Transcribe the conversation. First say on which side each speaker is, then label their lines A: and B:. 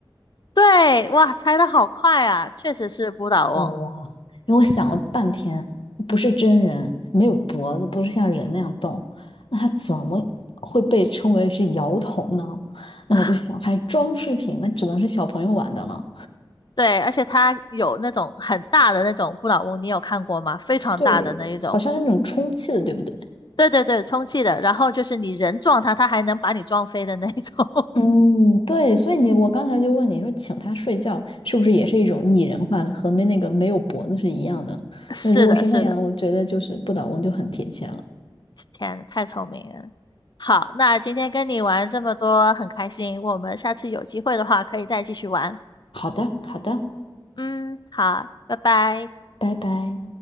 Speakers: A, on the left; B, on the left.
A: 对，哇，猜的好快啊，确实是不倒翁，
B: 哦哇，因为我想了半天，不是真人，没有脖子，不是像人那样动，那它怎么会被称为是摇头呢？那我就想，
A: <laughs>
B: 还装饰品，那只能是小朋友玩的了。
A: 对，而且它有那种很大的那种不倒翁，你有看过吗？非常大的那一种。
B: 对，好像是那种充气的，对不对？
A: 对对对，充气的，然后就是你人撞它，它还能把你撞飞的那一种。<laughs>
B: 嗯，对，所以你我刚才就问你说，请他睡觉是不是也是一种拟人化，和没那个没有脖子是一样的？
A: 是的，
B: 那如果是那样，
A: 是的，
B: 我觉得就是不倒翁就很贴切了。
A: 天，太聪明了。好，那今天跟你玩这么多，很开心。我们下次有机会的话，可以再继续玩。
B: 好的，好的，
A: 嗯，好，拜拜。
B: 拜拜。